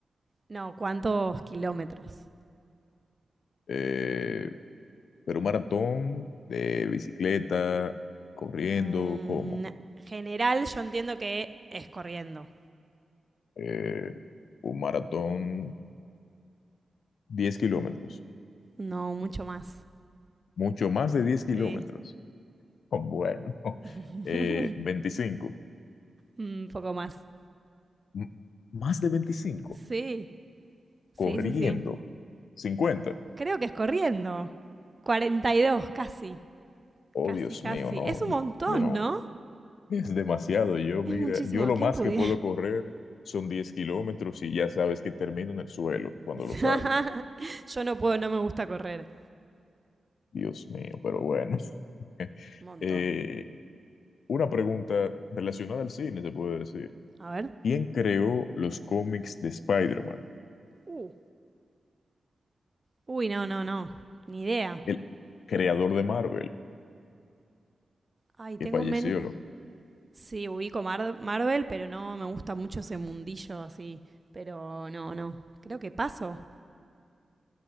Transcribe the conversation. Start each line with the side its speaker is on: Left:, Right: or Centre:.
Right: No, ¿cuántos kilómetros?
Left: Eh, pero un maratón de bicicleta, corriendo,
Right: Mm,
Left: ¿cómo?
Right: general, yo entiendo que es corriendo.
Left: Eh, un maratón 10 kilómetros.
Right: No, mucho más.
Left: Mucho más de 10 kilómetros.
Right: Sí.
Left: Oh, Bueno, <laughs>
Right: <laughs>
Left: Eh, 25.
Right: Un poco más.
Left: M- Más de 25.
Right: Sí, sí,
Left: Corriendo.
Right: sí, sí.
Left: 50.
Right: Creo que es corriendo. cuarenta y dos casi.
Left: Oh,
Right: Casi,
Left: Dios
Right: casi.
Left: mío, no.
Right: Es un montón,
Left: Yo no.
Right: ¿no?
Left: Es demasiado. Yo, mira,
Right: Es muchísimo.
Left: yo lo
Right: ¿Quién
Left: más
Right: pudiera?
Left: que puedo correr son 10 kilómetros y ya sabes que termino en el suelo cuando
Right: <laughs>
Left: los hago.
Right: Yo no puedo, no me gusta correr.
Left: Dios mío, pero bueno. <laughs>
Right: Un montón.
Left: Eh, una pregunta relacionada al cine, se puede decir.
Right: A ver.
Left: ¿Quién creó los cómics de Spider-Man?
Right: Uh. Uy, no, no, no. Ni idea.
Left: El creador de Marvel,
Right: Ay, tengo
Left: que falleció,
Right: menos. Sí, ubico Mar- Marvel, pero no me gusta mucho ese mundillo así. Pero no, no. Creo que paso.